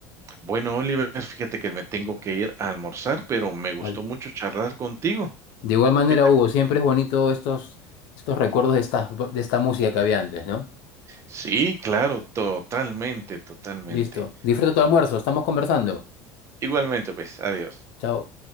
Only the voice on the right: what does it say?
Bueno, Oliver, fíjate que me tengo que ir a almorzar, pero me gustó
mucho charlar contigo.
¿Qué te-
Sí, claro, totalmente, totalmente.
Igualmente, pues, adiós.